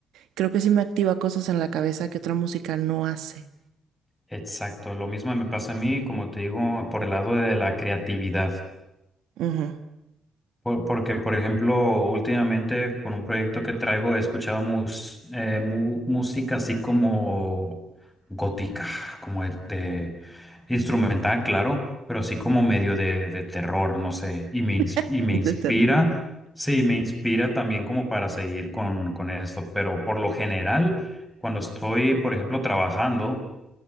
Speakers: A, on the right; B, in the centre.
A: creo que sí me activa cosas en la cabeza que otra música no hace.
B: Exacto, lo mismo me pasa a mí, como te digo, por el lado de la creatividad.
A: Ujú.
B: Por- porque, por ejemplo, últimamente con un proyecto que traigo he escuchado mus- eh, mu- música así como gótica, como de, de instrumental, claro, pero así como medio de, de terror, no sé, y me, ins-
A: <laughs>
B: y me inspira,
A: De terror.
B: sí, me inspira también como para seguir con, con esto, pero por lo general, cuando estoy, por ejemplo, trabajando,